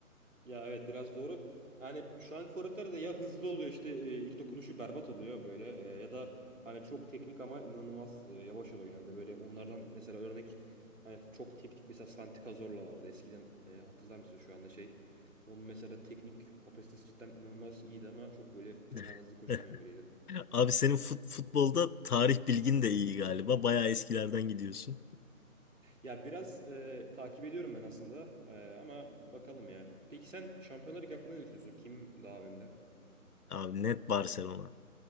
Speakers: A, on the right; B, on the left.
A: Ya evet biraz doğru. Yani şu anki forvetler de ya hızlı oluyor işte e, ilk dokunuşu berbat oluyor böyle e, ya da hani çok teknik ama inanılmaz e, yavaş oluyor genelde. Böyle onlardan mesela örnek hani çok teknik mesela Santi Cazorla vardı. Eskiden e, hatırlar mısın şu anda şey? Onun mesela teknik kapasitesi cidden inanılmaz iyiydi ama çok böyle fena
B: <laughs>
A: hızlı koşamayan biriydi.
B: Abi senin fut- futbolda tarih bilgin de iyi galiba. Bayağı eskilerden gidiyorsun.
A: Ya biraz e, takip ediyorum ben aslında E, ama bakalım ya. Peki sen Şampiyonlar Ligi hakkında ne düşünüyorsun? Kim daha önde?
B: Abi net Barcelona.